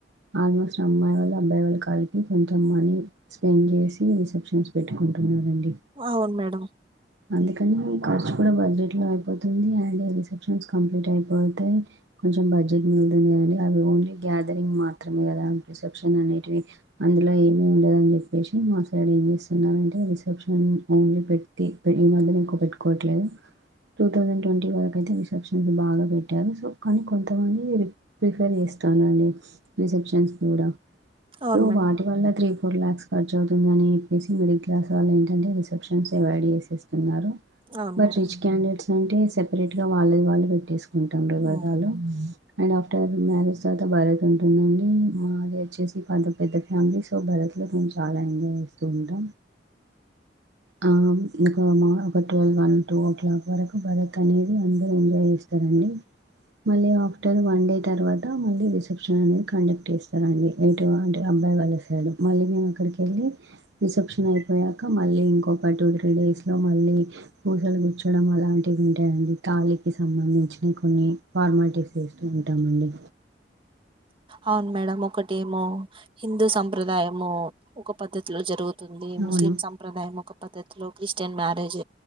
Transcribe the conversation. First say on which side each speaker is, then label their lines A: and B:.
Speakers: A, on the right (about 80°); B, on the right (about 30°).
A: ఆల్మోస్ట్ అమ్మాయి వాళ్ళు అబ్బాయి వాళ్ళు కలిపి కొంచెం మనీ స్పెండ్ చేసి రిసెప్షన్ న్సు పెట్టుకుంటున్నారండి
B: అవును మేడం
A: అందుకె కానీ ఖర్చు కూడా బడ్జెట్ లో అయిపోతుంది అండ్ రిసెప్షన్స్ కంప్లీట్ అయిపోతే కొంచెం బడ్జెట్ మిలుతుంది కదండి అవి ఓన్లీ గ్యాదరింగ్ మాత్రమే కదా రిసెప్షన్ అనేటివి అందులో ఏమీ ఉండదని చెప్పేసి మా సైడ్ ఏం చేస్తున్నంటే రిసెప్షన్ ఉ ఓన్లీ పెట్తి పె ఈ మధ్యన ఎక్కో పెట్టుకోవట్లేదు టూ థౌసండ్ ట్వంటీ వరకు అయితే రిసెప్షన్స్ బాగా పెట్టారు సో కానీ కొంతమంది ప్రిఫర్ చేస్తంరండి రిసెప్షన్స్ కూడా
B: అవును
A: సో
B: మేడం
A: వాటి వాళ్ళ త్రీ ఫోర్ ల్యాక్స్ ఖర్చువుతుందని చెప్పేసి మిడిల్ క్లాస్ వాళ్ళ ఏంటంటే రిసెప్షన్స్ అవయిడ్ చేసేస్తున్నారు
B: అవును
A: బట్
B: మేడం
A: రిచ్ క్యాండేట్స్ అంటే సపరేట్ గా వాళ్ళది వాళ్ళు పెట్టేస్ కుంటండ్రుగదాలు
B: అవును
A: అండ్ ఆఫ్టర్ మ్యారేజ్ తర్వాత బరత్ ఉంటుందండీ మాదొచ్చేసి <unintelligible> పెద్ద ఫ్యామిలీస్ ఒ భరత్ లో మేము చాలా ఎంజాయ్ చేస్తూ ఉంటాం ఆ ఇకా మా ఒక twelve one two o'clock వరకు బరత్ అనేది అందరు ఎంజాయ్ చేస్తారండి మళ్ళీ ఆఫ్టర్ వన్ డే తర్వాత మళ్ళీ రిసెప్షన్ అనేది కండక్ట్ చేస్తారండి ఎటు అంటే అబ్బాయి వాళ్ళ సైడు మళ్ళీ మేము అక్కడికి వెళ్ళి రిసెప్షన్ అయిపోయాక మళ్ళీ ఇంకొ ఒక టూ త్రీ డేస్లో మళ్ళీ పూసలు గుచ్చడం అలాంటివి ఉంటాయండి తాళికి సంబంధించినవి కొన్ని ఫార్మాలిటీస్ చేస్తూ ఉంటామండి
B: అవును మేడం ఒకటేమో హిందూ సం ప్రదాయము ఒక పద్ధతిలో జరుగుతుంది ముస్లిం
A: అవును
B: సంప్రదాయం ఒక పద్దతిలో క్రిస్టిన్ మ్యారేజ్